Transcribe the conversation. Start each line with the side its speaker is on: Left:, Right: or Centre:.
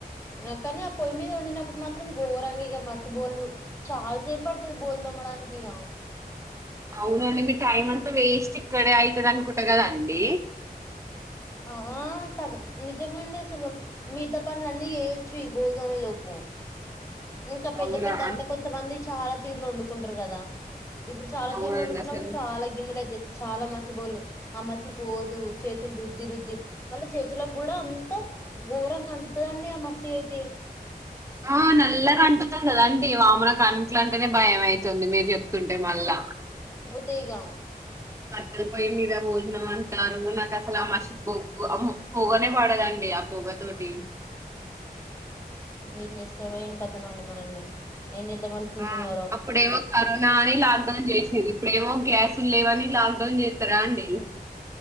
Left: ఆ కనీ ఆ పొయ్యి మీద వండినప్పుడు మాత్రం గోరంగా ఇగా మసి బోళ్లు చాలా సేపు పడుతది మసి బోల్ తోమడానికి ఇగ
Right: అవునా అండి మీ టైమ్ అంతా వేస్ట్ ఇక్కడే అయితది అనుకుంటా కదాండి.
Left: ఆ ఆ సగ నిజంగ అండి అసలు మిగతా పనుల అన్నీ చేయొచ్చు ఈ భోజనం అయ్యె లోపు ఇంక పెద్ద
Right: అవునా
Left: పెద్ద
Right: అన్-
Left: అంటె కొంతమంది చాలా తీరులో వండుకుంటరు కదా ఇప్పుడు చాలా
Right: అవునండి
Left: తీరులు వండుకున్నప్పుడు
Right: అసలు
Left: చాలా గిన్నెలు అతయ్యి చాలా మసిబోళ్ళు ఆ మసి పోదు చేతులు రుద్ది రుద్ది మళ్ళ చేతుల గ్గూడా అంత ఘోరంగా అంటుతుదండి ఆ మసి అయితే
Right: ఆ నల్ల గా అంటుతది కదాండి వామ్మో నాకు అట్లంటేనే భయం అయితుంది మీరు చెప్తుంటే నె మళ్ళా
Left: ఇగ
Right: కట్టెల పోయి మీద భోజనం అంటారు నాకు అసలు ఆ మషి కి బొగ్గు అమ్మో పోగనే పడదండి అపోగ తోటి
Left: ఏం చేస్తారో ఏం కథనో అండి మనల్ని ఏం చేద్దాం అనుకుంటున్నారో
Right: ఆ అప్పుడేమో కరోనా అని లాక్డౌన్ చేసిర్రి ఇప్పుడేమో గ్యాస్ లేవని లాక్డౌన్ చేస్తార అండి